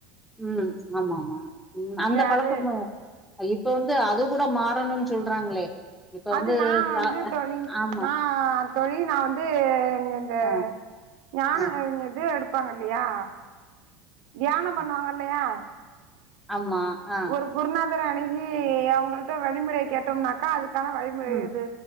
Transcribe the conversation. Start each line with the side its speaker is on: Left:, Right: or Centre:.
Centre: ம் ஆமா ஆமா ம் அந்த பழக்கம்தா
Right: அது
Centre: அ இப்ப வந்து அது கூட மாறணுன் சொல்றாங்களே இப்ப
Right: அது
Centre: வந்து
Right: நா வந்து
Centre: ச
Right: தோழி
Centre: ஆமா.
Right: நா தோழி நா வந்து இந்த
Centre: அ,
Right: ஞான
Centre: அ,
Right: இது எடுப் பாங்க இல்லையா தியானம் பண்ணுவாங்க
Centre: ம்.
Right: இல்லையா
Centre: ஆமா ஆ.
Right: ஒரு குருநாதர அணுகி அவங்கள்ட வழிமுறையை கேட்டோம்னாக்கா அதுக் க்கான வழிமுறையது
Centre: ம்.